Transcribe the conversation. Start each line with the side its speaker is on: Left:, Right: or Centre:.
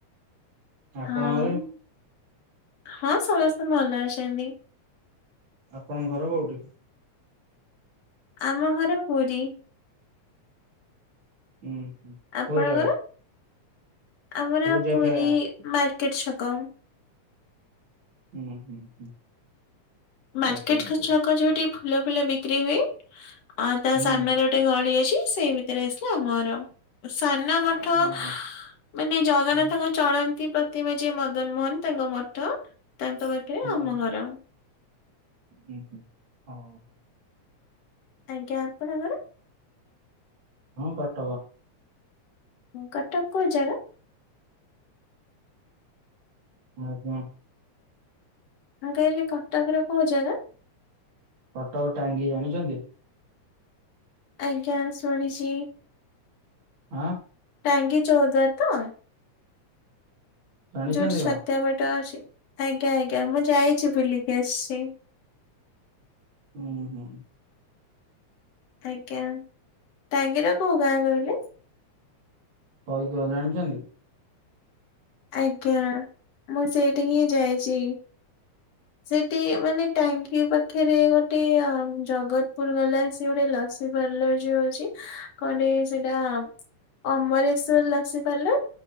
Right: ଆପଣ
Left: ହଁ
Right: ଘରେ?
Left: ହଁ ସମସ୍ତେ ଭଲ ଅଛନ୍ତି
Right: ଆପଣଙ୍କ ଘର କୋଉଠି
Left: ଆମ ଘର ପୁରୀ
Right: ହୁଁ
Left: ଆପଣଙ୍କର
Right: କୋଉ ଜାଗା
Left: ଆମର
Right: କୋଉ ଜାଗା?
Left: ପୁରୀ ମାର୍କେଟ ଛକ,
Right: <inaudible> ହୁଁ ହୁଁ
Left: ମାର୍କେଟ
Right: ଆଜ୍ଞା ଆଜ୍ଞା
Left: ଛକ ଯୋଉଠି ଫୁଲ ଫୁଲ ବିକ୍ରି ହୁଏ ଆଉ ତା
Right: ହୁଁ
Left: ସାମ୍ନାରେ ଗୋଟେ ଗଳି ଅଛି ସେଇ ଭିତରେ ଆସିଲେ ଆମ ଘର ସାମ୍ନା ମ ଠ
Right: ହୁଁ
Left: ମାନେ ଜଗନ୍ନାଥଙ୍କ
Right: ହୁଁ
Left: ଚଳନ୍ତି ପ୍ରତିମା ଯେ ମଦନ ମୋହନ ତାଙ୍କ ମଠ ତାଙ୍କ
Right: ହୁଁ
Left: ଆମ ଘର।
Right: ହୁଁ ହଁ
Left: ଆଜ୍ଞା ଆପଣଙ୍କର
Right: ହଁ କଟକ
Left: ହୁଁ କଟକ କୋଉ ଜାଗା,
Right: ଆଉ କଣ
Left: ହଁ କହିଲି କଟକର କୋଉ ଜାଗା
Right: କଟକ ଟାଙ୍ଗି ଜାଣିଛନ୍ତି
Left: ଆଜ୍ଞା ଶୁଣିଛି
Right: ଆଁ
Left: ଟାଙ୍ଗୀ ଚୋଉଦ୍ଵାରା ତ
Right: ଜାଣିଛନ୍ତି
Left: ଯୋଉଠି ଛତ୍ୟା
Right: କଣ
Left: ବାଟ ଅଛି ଆଜ୍ଞା ଆଜ୍ଞା ମୁଁ ଯାଇଛି ବୁଲିକି ଆସିଛି
Right: ହୁଁ ହୁଁ
Left: ଆଜ୍ଞା ଟାଙ୍ଗିର କୋଉ ଗାଁ କହିଲେ
Right: <inaudible> ହଉ କହ ଜାଣିଛନ୍ତି
Left: ଆଜ୍ଞା ମୁଁ ସେଇଠିକି ହିଁ ଯାଇଛି ସେଠି ମାନେ ଟାଙ୍ଗୀ ପାଖରେ ଗୋଟେ ଅ ଜଗତପୁର ଵାଲା ସେ ଗୋଟେ ଲସି ସେ ପାଲର ଯୋଉ ଅଛି କଣ ଟେ ସେଇଟା ଅମରେଶ୍ଵର ଲସି ପାଲର